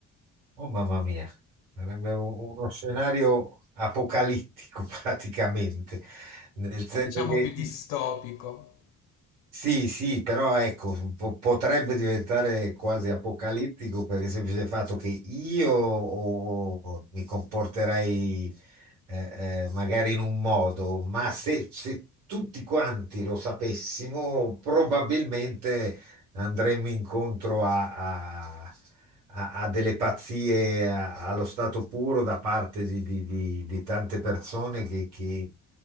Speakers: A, on the right; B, on the left.
A: Oh mamma mia, sarebbe u- uno scenario apocalittico <laughs> praticamente, nel senso
B: Diciamo
A: che
B: più distopico.
A: sì, sì, però ecco, po- potrebbe diventare quasi apocalittico per il semplice fatto che io o- o mi comporterei eh, eh, magari in un modo, ma se, se tutti quanti lo sapessimo, probabilmente andremmo incontro a, a- a- a delle pazzie a- allo stato puro da parte di, di- di- di tante persone che, che,